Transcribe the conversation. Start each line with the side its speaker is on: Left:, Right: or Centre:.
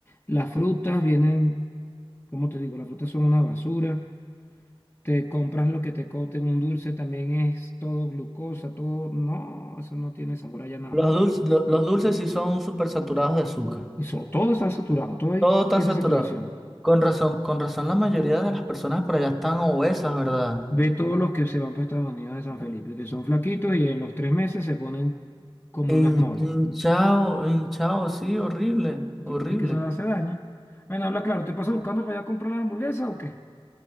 Left: Las frutas vienen, como te digo, las frutas son una basura. Te compras lo que te coten, un dulce también es todo glucosa, todo, no, eso no tiene sabor allá nada.
Centre: Los dulces, los dulces sí son súper saturados de azúcar.
Left: Eso, todo está saturado, todo ahí
Centre: Todo está
Left: tiene
Centre: saturado.
Left: saturación.
Centre: Con razón, con razón la mayoría de las personas por allá están obesas, ¿verdad?
Left: Ve todos los que se van para Estados Unidos de San Felipe, que son flaquitos y en los tres meses se ponen como
Centre: Hin-
Left: unas moles.
Centre: Hinchado, hinchado, sí, horrible, horrible.
Left: Sí, porque es que eso hace daño. Bueno, habla claro, ¿te paso buscando para allá a comprar la hamburguesa o qué?